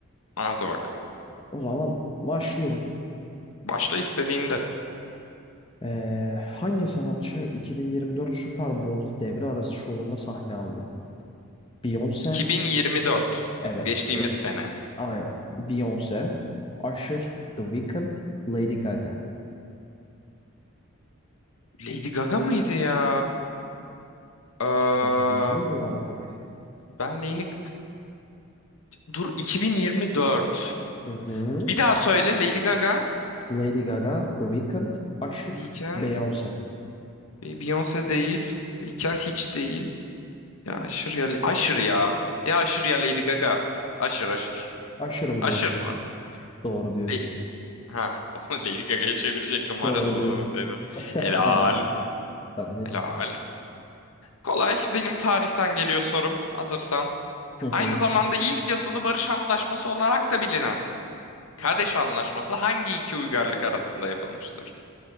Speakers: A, on the left; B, on the left.
A: Hadi bak.
B: O zaman başlıyorum.
A: Başla istediğinde.
B: Ee, hangi sanatçı 2024 Super Bowl devre arası şovunda sahne aldı? Beyoncé.
A: 2024.
B: Evet
A: Geçtiğimiz
B: Beyoncé.
A: sene.
B: Aynen. Beyoncé. Usher. The Weeknd. Lady Gaga.
A: Lady Gaga mıydı ya? Ee,
B: Ben bilmiyorum artık.
A: ben Lady... Dur 2024.
B: Hı hı.
A: Bir daha söyle Lady Gaga.
B: Lady Gaga, The Weeknd, Usher,
A: Weekend.
B: Beyoncé.
A: Beyoncé değil. Weekend hiç değil. Ya aşır ya. Aşır ya. Ya aşır ya Lady Gaga. Aşır aşır.
B: Usher mı
A: Aşır
B: diyorsun?
A: mı?
B: Doğru diyorsun.
A: Le- ha, <laughs> o Lady Gaga'ya çevirecektim var
B: Doğru
A: ya doğrulamasaydın.
B: diyorsun.
A: Helal.
B: He, sen neyse.
A: Helal. Kolay. Benim tarihten geliyor sorum. Hazırsan.
B: Hı hı.
A: Aynı zamanda ilk yazılı barış antlaşması olarak da bilinen Kadeş Anlaşması hangi iki uygarlık arasında yapılmıştır?